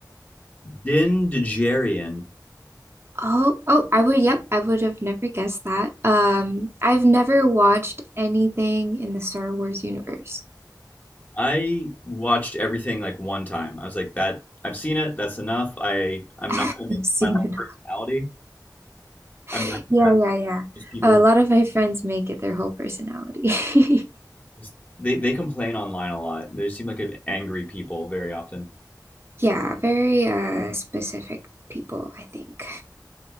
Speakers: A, on the left; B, on the right.
A: Din Djarin.
B: oh, oh, I would, yep, I would have never guessed that. Um, I've never watched anything in the Star Wars universe.
A: I watched everything like one time. I was like, that I've seen it. That's enough. I I'm
B: <laughs> I've
A: not gonna make it
B: seen
A: my whole
B: it.
A: personality.
B: <laughs>
A: I'm not
B: Yeah,
A: gonna
B: yeah, yeah.
A: just people
B: a lot of my friends make it their whole personality. <laughs>
A: who just they they complain online a lot. They seem like a- angry people very often.
B: Yeah, very uh specific people, I think.